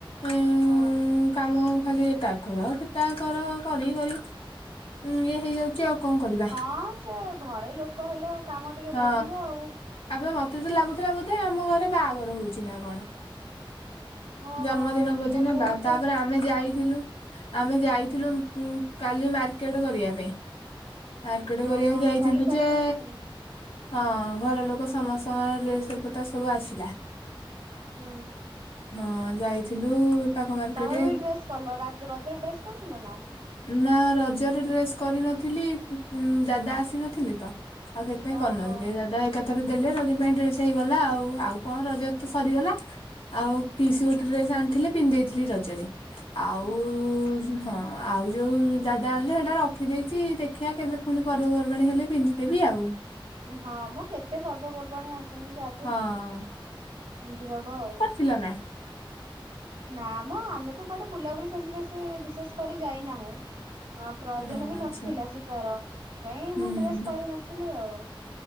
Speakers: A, on the left (about 85°); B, on the right (about 80°).
A: ଉଁ
B: ହଁ।
A: କାମ ଖାଲି ଏଟା କର ସେଟା କର କରି କରି ଉଁ ଇଏ ହେଇଯାଉ ଚି ଆଉ କଣ କରିବା
B: ହଁ ସେ ଘରେ ଲୋକ ହେଲେ କାମ ଟିକେ
A: ହଁ
B: ବଢିବ ଆଉ।
A: ଆବେ ମତେ ତ ଲାଗୁଥିଲା ବୋଧେ ଆମ ଘରେ ବାହାଘର ହଉଛି ନା କଣ।
B: ଓହୋ
A: ଜନ୍ମଦିନ ଭୋଜି
B: ତ
A: ନେବା
B: ବହୁତ
A: ତାପରେ ଆ ଆମେ ଯାଇଥିଲୁ ଆମେ ଯାଇଥିଲୁ କାଲି ମାର୍କେଟ କରିବା ପାଇଁ। ଆକେଟ୍
B: ଅ
A: କରିବାକୁ
B: କଣ
A: ଯାଇଥିଲୁ
B: ଶାଢୀ ଫାଢୀ
A: ଯେ
B: କିଣା କିଣି
A: ହଁ ଘର ଲୋକ ସମସ୍ତଙ୍କର ଡ୍ରେସ୍ ଫୁଟା ସବୁ ଆସିଲା।
B: ହୁଁ।
A: ହଁ ଯାଇଥିଲୁ। ପାଖ ମାର୍କେଟ
B: ତମେ ବି ଡ୍ରେସ୍ କଲ ରା ରଜରେ ଡ୍ରେସ୍ କରିଥିଲ ନାଁ?
A: ନାଁ ରଜରେ ଡ୍ରେସ୍ କରିନଥିଲି ଦାଦା ଆସିନଥିଲେ ତ। ଆଉ ସେଥିପାଇଁ
B: ଓହୋ
A: କରିନଥିଲେ ଦାଦା ଏ ଥରେ ଦେଲେ ରଜ ପାଇଁ ଡ୍ରେସ୍ ହେଇଗଲା ଆଉ ଆଉ କଣ ରଜ ତ ସରିଗଲା। ଆଉ ପିସି ଗୋଟେ ଡ୍ରେସ୍ ଆଣିଥିଲେ ପିନ୍ଧେଇଥିଲି ରଜରେ ଆଉ
B: ହୁଁ
A: ହଁ ଆଉ ଯୋଉ ଦାଦା ଆଣିଲେ ସେଇଟା ରଖିଦେଇଚି ଦେଖିଆ କେବେ ପୁଣି ପର୍ବପର୍ବାଣୀ ହେଲେ ପିନ୍ଧିଦେବି ଆଉ। ହଁ
B: ହଁ ମ କେତେ ପର୍ବପର୍ବାଣୀ ଆସୁନିକି ଆଗକୁ
A: ହଁ
B: ବୁଝିଦବ ଆଉ।
A: ଫୁଲନା।
B: ନାଁ ମ ଆମେ ତ କୁଆଡ଼େ ବୁଲାବୁଲି ସେମତି ବେଶୀ ବିଶେଷ କରି ଯାଇନାହୁଁ। ହଁ ପ୍ରୟୋଜନ
A: ହଁ
B: ବି ନଥିଲା
A: ଆଚ୍ଛା
B: ଯିବାର କାଇଁ
A: ହୁଁ
B: ମୁଁ ଡ୍ରେସ୍ କରିନଥିଲି ଆଉ।